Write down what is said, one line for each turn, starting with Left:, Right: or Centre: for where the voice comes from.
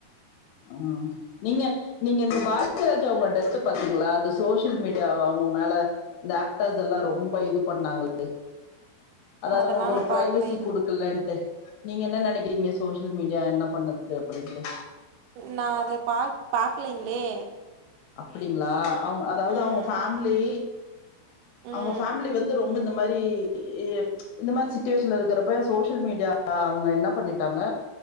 Left: ஆ நீங்க நீங்க இந்த பாக்யராஜா அவுங்க டெத்து பாத்தீங்களா அந்த சோசியல் மீடியாவ அவுங்க மேல அந்த ஆக்டர்ஸ் எல்லா ரொம்ப இது பண்ணாங்களே அதாவது
Right: ஆ அதெல்லா
Left: அவுங்குளுக்கு
Right: நா
Left: ஒரு பிரைவசி
Right: பாக்கலைங்
Left: இருக்குல்லன்ட்டு நீங்க என்ன நெனைக்கிறீங்க சோசியல் மீடியா என்ன பண்ணுது அப்டின்ட்டு
Right: நா அத பா பாக்குலிங்களே
Left: அப்டிங்களா அவுங்க அதாவது
Right: ம்
Left: அவுங்க ஃபேமிலி
Right: ம்
Left: அவுங்க ஃபேமிலி வந்து ரொம்ப இந்த மாரி இ இந்த மாரி சிட்டிவேஷன்ல இருக்குறப்ப சோசியல் மீடியா அவுங்க என்ன பண்ணிட்டாங்க